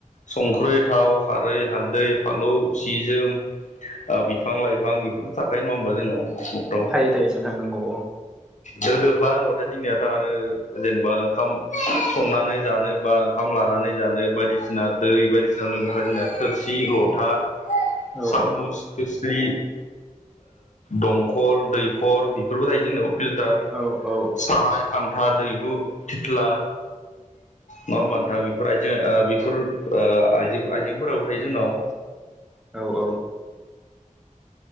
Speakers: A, on the left (about 65°); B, in the centre.
A: संख्रै थाव खारै हालदै फालौ सि जोम बिफां लाइफां बेफोरथ' थाखायायो नङा होमबा, जोंनाव न'खराव।
B: थायो थायो नोंथां नंगौ औ
A: जों दोख्ला होनोबाथाय जोंनियाथ' आरो जेनेबा ओंखाम संनानै जानो बा ओंखाम लानानै जानो बायदिसिना जोंना दै बायदिसिना लोंनो थाखाय जोंना थोरसि लथा
B: औ
A: सामस खोस्लि दंखल दैखर बेफोरबो थायो जोंनबाव फिल्टार
B: औ औ
A: साराय खान्था दैहु थिथ्ला नङा होमबानोथां बेफोर आइजें बेफोर आ आइजेंफोराबो थायो जोंनाव। <inaudible>
B: औ औ